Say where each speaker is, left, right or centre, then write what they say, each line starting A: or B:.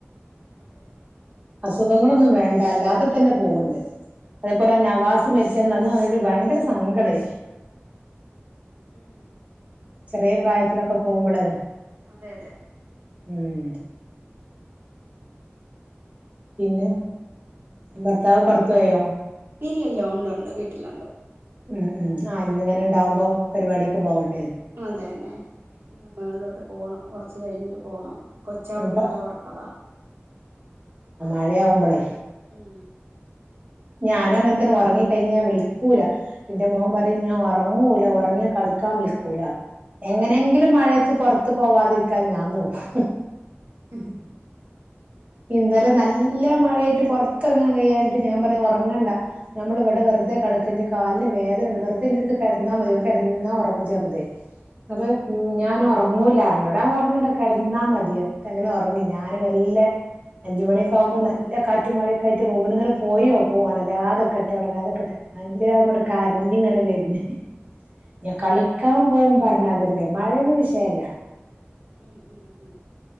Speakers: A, on the right; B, on the right.
A: അതന്നെ
B: അസുഖങ്ങളൊന്നും വരണ്ട അല്ലാതെ തന്നെ പോകുണ്ട് അതുപോലെ ആ നവാസ് മരിച്ചന്ന് അന്ന് ഒരു ഭയങ്കര സങ്കടായി
A: ഉം ശരിയാ
B: ചെറിയ പ്രായത്തിലൊക്കെ പോകുമ്പളെ
A: അതെ അതെ
B: ഉം പിന്നെ ഭർത്താവ് പുറത്തുപോയോ
A: ഇല്ലില്ല ഒണ്ട് ഒണ്ട് വീട്ടിലൊണ്ട്
B: ഉം ഉം അ ഇന്നിങ്ങനെ ഉണ്ടാവുമ്പോ പരിപാടിക്ക് പോകണം
A: അതെന്നെ ഇനി മേളിലോട്ട് പോണം കുറച്ച് കഴിഞ്ഞിട്ട് പോണം കൊച്ചവള്
B: അപ്പൊ
A: നല്ല ഒറക്കവാ
B: മഴയാകുമ്പളെ
A: ഉം
B: ഞാനും അങ്ങനെ തന്നെ ഉറങ്ങിക്കഴിഞ്ഞുകഴിഞ്ഞാൽ വിളിക്കൂല്ല എന്റെ മോൻ പറയും ഞാൻ ഉറങ്ങൂല ഉറങ്ങിയാൽ കളിക്കാൻ വിളിക്കുല്ലാന്ന് എങ്ങനെയെങ്കിലും മഴയത്ത് പുറത്തു പോകാതിരിക്കാൻ ഞാൻ നോക്കും.
A: ഉം
B: ഇന്നലെ നൽ ല്ല മഴയത്ത് പുറത്തിറങ്ങാൻ കഴിയാഞ്ഞിട്ട് ഞാൻ പറഞ്ഞു ഉറങ്ങണ്ട നമ്മളിവിടെ വെറുതെ കിടക്ക് എന്റെ കാലിന് വേദനുണ്ട് വെറുതെ എന്റെടുത്ത് കിടന്നാമതി ഓൻ കിടന്നാ ഉറങ്ങും ചെറുത്‌ അത് ഞാനുറങ്ങൂല്ലാരുന്നു <unintelligible> കിടന്നാ മതി എത് അങ്ങനെ ഉറങ്ങും ഞാന് വെല്ലെ അഞ്ചുമണിയൊക്കെ ആകുമ്പോ നല്ല കാറ്റും മഴയൊക്കെ ആയിട്ട് റൂമിലിങ്ങനെ പോയി നോക്കും ഉണരാതിക്കട്ടെ ഉണരാതിക്കട്ടെ അഞ്ചരയാകുമ്പോ ഇങ്ങട്ട് കരഞ്ഞിങ്ങനെ വരുന്നെ ഞാൻ കളിക്കാൻ പോകും പറഞ്ഞതല്ലേ മഴയൊന്നും വിഷയല്ല
A: ഉം ഉം ഉം